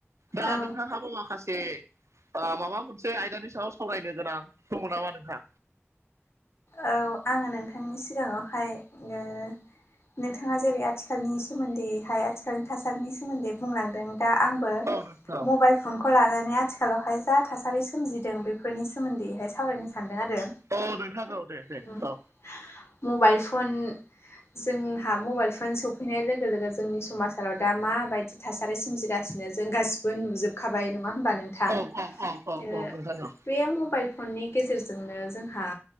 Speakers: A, on the right; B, on the left.
A: दा
B: औ
A: नोंथांहाबो माखासे ए माबा मोनसे आयदानि सायाव सावरायनो गोनां दङ नामा नोंहा?
B: औ आङो नोंथांनि सिगाङावहाय ओ नोंथाङा जेरै आथिखालनि सोमोन्दैहाय आथिखालनि थासारिनि सोमोन्दै बुंलांदों। दा आंबो
A: औ नोंथां औ
B: मबेल फनखौ लानानै आथिखालावहाय जा थासारि सोमजिदों बेफोरनि सोमोन्दैहाय सावरायनो सानदों आरो।
A: औ नोंथां औ दे दे
B: उम
A: औ
B: मबायल फन जोंहा मबेल फन सफैनाय लोगो लोगो जोंनि समाजाराव दा माबायदि थासारि सोमजिगासिनो जों गासिबो नुजोब खाबाय नङा होमबा नोंथां।
A: औ औ औ औ
B: ओ
A: औ नोंथां औ
B: बे मबेल फननि गेजेरजोंनो जोंहा